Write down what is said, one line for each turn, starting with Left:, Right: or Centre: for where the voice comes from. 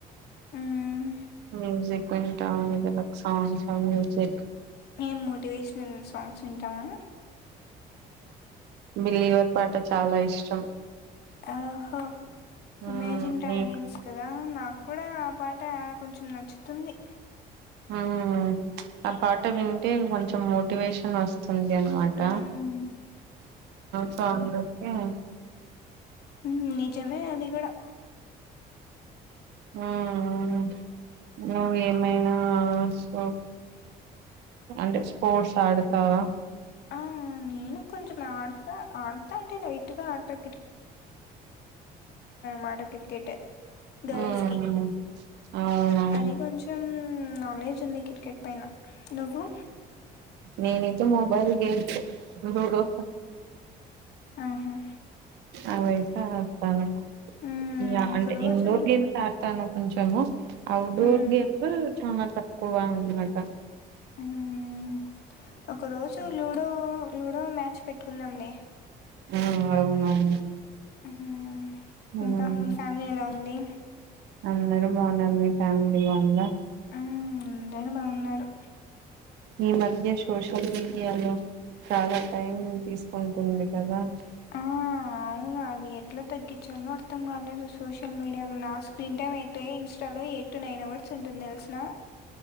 Left: మ్మ్
Right: మ్యూసిక్ వింటా వు సాంగ్స్ మ్యూజిక్
Left: ఏం మోటివేషనల్ సాంగ్స్ వింటావా
Right: బిల్లీగార్ పాట చాలా ఇష్టం
Left: ఆహో
Right: ఉమ్
Left: ఇమేజిన్ డ్రాగన్స్
Right: నీకు
Left: కదా నాకు కూడా ఆ పాట కొంచెం నచ్చుతుంది
Right: హ్మ్మ ఆ పాట వింటే కొంచెం మోటివేషన్ వస్త తుంది అనమాట
Left: మ్మ్
Right: సో అందుకే
Left: ఉ నిజమే అది కూడా
Right: హ్మ్ నువ్వు ఏమైనా ఆ సో అంటే స్పోర్ట్స్ ఆడతావా
Left: ఆ నేను కొంచెం ఆడతా ఆడతా అంటే లైట్ గా ఆడతా మటట్ క్రికెట్ గర్ల్స్కీ
Right: ఉమ్ అవునవును
Left: అదే కొంచం నాలెడ్జ్ ఉంది క్రికెట్ పైన నువ్వు
Right: నేనుతే మొబైల్ గేమ్స్ లూడో
Left: ఆహా
Right: అవైతే ఆడతాను
Left: ఉమ్
Right: ఇలా
Left: ఒక
Right: అంటే
Left: రోజు
Right: ఇండోర్ గేమ్స్ ఆడతాను కొంచము ఔట్డోర్
Left: ఉమ్
Right: గేమ్స్ చానా తక్ క్కువ అన మాట
Left: హ్మ్ ఒక రోజు లూడో లూడో మ్యా చ్ పెట్టుకుందాంలే
Right: ఆ అవునవును
Left: మ్మ్ ఇంకా
Right: ఉమ్
Left: మీ ఫ్యామిలీ ఎలా ఉంది
Right: అందరూ బాగున్నారు మీ ఫ్యామిలీ బాగుందా
Left: ఆ అం దరూ బాగున్నారు
Right: ఈ మధ్య సోషల్ మీడియాలో చాలా టైం తీసుకుంటుంది కదా
Left: ఆ అవును అది ఎట్లా తగ్గించాల్నో అర్థం కాలేదు సోషల్ మీడియా లో నా స్క్రీన్ టైమ్ అయితే ఇన్స్ స్టా లో ఎయిట్ టు నైన్ అవర్స్ ఉంటుంది తెలుసునా